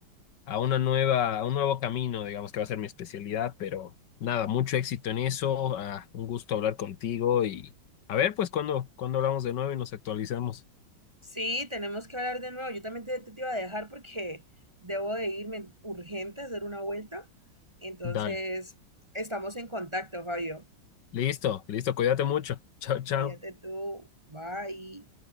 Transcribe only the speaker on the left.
a una nueva, a un nuevo camino, digamos que va a ser mi especialidad, pero nada, mucho éxito en eso, ah, un gusto hablar contigo y a ver, pues cuando, cuando hablamos de nuevo y nos actualizamos.
Dale,
listo, listo, cuídate mucho. Chao, chao.